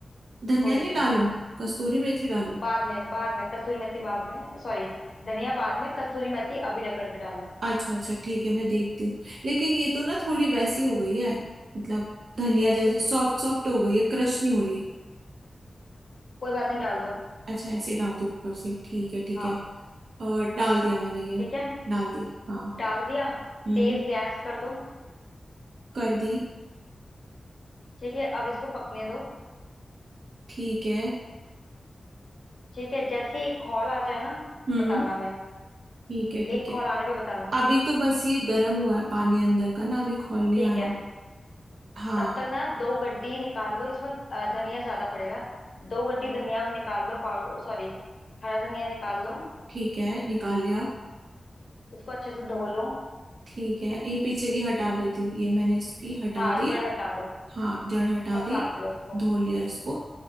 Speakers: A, on the right (about 80°); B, on the left (about 60°).
A: धनिया
B: थोड़ी
A: नहीं
B: सी
A: डालूं कस्तूरी मेथी डालूं
B: बाद में बाद में कस्तूरी मेथी बाद में सॉरी धनिया बाद में कस्तूरी मेथी अभी रगड़ के डालो
A: अच्छा अच्छा ठीक है मैं देखती हूँ लेकिन ये तो ना थोड़ी वैसी हो गई है मतलब धनिया
B: कैसी
A: जैसी सॉफ्ट सॉफ्ट हो गई है क्रश नहीं हो रही
B: कोई बात नहीं डाल दो
A: अच्छा ऐसे डाल दो ऊपर से ठीक है ठीक
B: हाँ
A: है और डाल दिया मैंने ये
B: ठीक है
A: डाल दी हाँ
B: डाल दिया
A: हम्म
B: तेज गैस कर दो
A: कर दी
B: ठीक है अब इसको पकने दो
A: ठीक है
B: ठीक है जैसे ही एक कॉल आ जाए ना
A: हम्म
B: बताना मैं
A: ठीक है ठीक
B: एक
A: है
B: कॉल आने पे बताना
A: अभी तो बस ये गर्म हुआ है पानी अंदर का ना अभी खोल नहीं
B: ठीक
A: आया
B: है
A: हाँ
B: तब तक ना दो गड्डी निकाल लो इसमें अ, धनिया ज्यादा पड़ेगा दो गड्डी धनिया निकाल लो पाउडर सॉरी हरा धनिया निकाल लो
A: ठीक है निकाल लिया
B: इसको अच्छे से धो लो
A: ठीक है ये पीछे की हटा देती हूँ ये मैंने इसकी हटा
B: हाँ
A: दी
B: जड़ हटा दो
A: हाँ जड़ हटा
B: और
A: दी
B: काट लो इसको
A: धो लिया इसको